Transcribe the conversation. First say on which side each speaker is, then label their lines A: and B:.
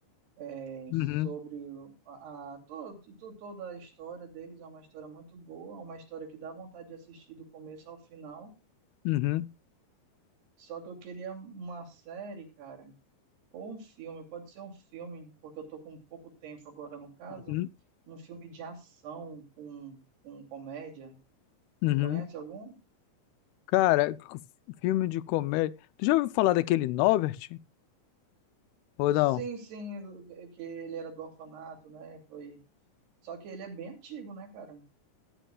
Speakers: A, on the right (about 85°); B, on the left (about 85°).
A: é,
B: Uhum,
A: sobre o- a, a- to- to- toda a história deles. É uma história muito boa, uma história que dá vontade de assistir do começo ao final.
B: uhum,
A: Só que eu queria uma série, cara, ou um filme, pode ser um filme, porque eu tô com pouco tempo agora no caso.
B: uhum,
A: Um filme de ação com, com comédia. Você
B: uhum.
A: conhece algum?
B: Cara, c- filme de comédia. Tu já ouviu falar daquele Norbert? Ou não?
A: Sim, sim, que que ele era do orfanato, né? Foi. Só que ele é bem antigo, né, cara?